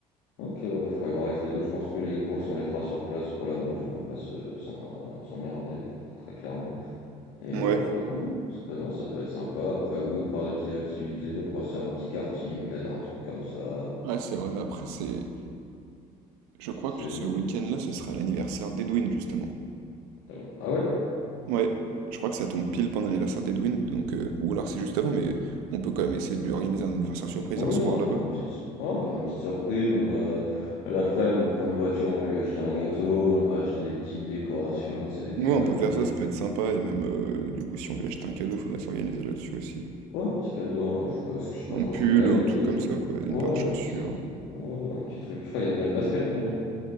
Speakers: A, on the left (about 70°); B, on the right (about 80°).
A: Ok, ouais, bah, faudrait voir avec les autres. Je pense que les courses, on les fera sur place pour la bouffe, on va pas se, s'en- euh, s'emmerder, très clairement. Et
B: Ouais.
A: euh, ouais, ça peut, non, ça peut être sympa. Après, oui, pour avoir des petites activités, on pourrait se faire un petit karting, peut-être un truc comme ça.
B: Ouais, c'est vrai, mais après, c'est. Je crois
A: C'est
B: que ce
A: du.
B: week-end-là, ce sera l'anniversaire d'Edwin, justement.
A: euh, Ah ouais?
B: Ouais, je crois que ça tombe pile pendant l'anniversaire d'Edwin, donc euh, ou alors c'est juste avant, mais on peut quand même essayer de lui organiser un anniversaire surprise
A: Oui,
B: un soir
A: on
B: là-bas.
A: peut faire une petite, ouais, on peut faire une petite surprise. On va, l'après-midi, on prend une voiture, on va lui acheter un gâteau, on va acheter des petites décorations, tu sais, des petits
B: Ouais,
A: ballons,
B: on peut faire ça,
A: des,
B: ça peut être sympa, et même euh, du coup, si on lui achète un cadeau, faudra s'organiser là-dessus aussi.
A: ouais, un petit cadeau. hein, Je sais pas, ce que- je sais pas
B: Un
A: trop
B: pull,
A: ce qu'il aime
B: un
A: lui
B: truc
A: d'ailleurs.
B: comme ça, quoi, une
A: Ouais,
B: paire de chaussures.
A: je sais pas si c'était des... ouais, un petit truc. Je crois qu'il aime bien le basket, non lui?